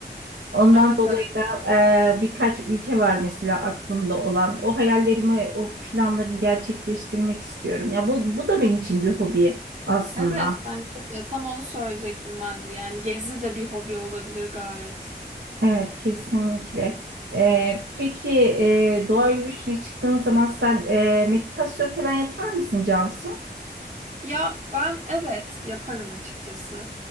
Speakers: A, on the right; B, on the right.
A: Ondan
B: Evet
A: dolayı
B: evet.
A: da e, birkaç ülke var mesela aklımda olan. O hayallerimi, o planlarımı gerçekleştirmek istiyorum. Ya bu, bu da benim için bir hobi aslında.
B: Evet bence de tam onu söyleyecektim bence. Yani gezi de bir hobi olabilir gayet.
A: Evet, kesinlikle. E, peki e, doğa yürüyüşüne çıktığın zaman sen e, meditasyon falan yapar mısın Cansu?
B: Ya ben evet yaparım açıkçası.